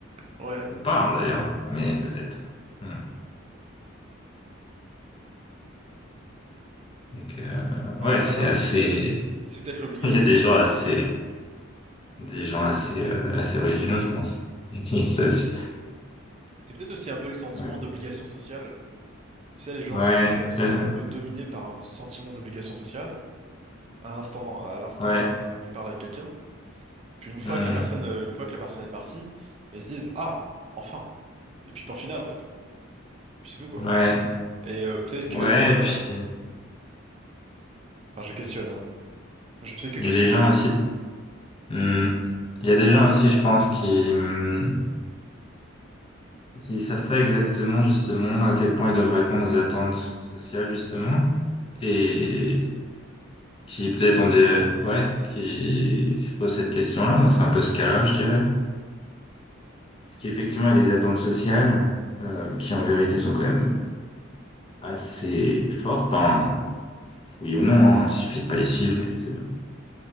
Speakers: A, on the right (about 30°); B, on the left (about 25°).
A: Ouais,
B: Ou pas, hein, d'ailleurs, mais peut-être. Hmm. Donc, euh,
A: ouais,
B: ouais, c'est
A: non, mais
B: assez,
A: c'est peut-être, c'est peut-être
B: <laughs>
A: l'obligation
B: il y a des
A: sociale,
B: gens assez
A: en fait.
B: Des gens assez, euh, assez originaux, je pense. <laughs> Ça aussi.
A: C'est peut-être aussi un peu le sentiment
B: Ouais,
A: d'obligation sociale Tu sais, les gens
B: ouais,
A: sont peut-être sont
B: euh,
A: peut-être un peu dominés par un sentiment d'obligation sociale à l'instant à l'instant
B: ouais,
A: euh, où ils parlent avec quelqu'un. Puis une fois
B: hmm,
A: que la personne euh, une fois que la personne est partie, ils se disent ah enfin. Et puis point final en fait. Puis c'est tout quoi.
B: ouais,
A: Et euh, peut-être que
B: ouais,
A: euh,
B: et puis
A: enfin, je questionne. hein. Je ne fais que
B: il
A: questionner.
B: y a des gens aussi, hmm, il y a des gens aussi, je pense, qui hmm, qui savent pas exactement justement à quel point ils doivent répondre aux attentes sociales justement, et qui peut-être ont des, ouais, qui se posent cette question-là. Moi, c'est un peu ce cas-là, je dirais, parce qu'effectivement, il y a des attentes sociales euh, qui en vérité sont quand même assez fortes. Enfin, oui ou non, hein, il suffit de pas les suivre et c'est bon.